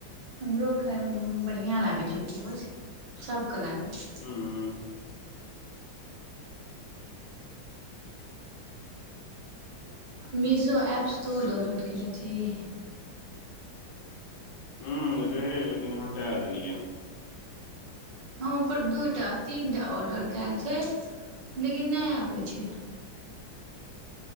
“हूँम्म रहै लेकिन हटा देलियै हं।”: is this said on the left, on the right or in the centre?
Left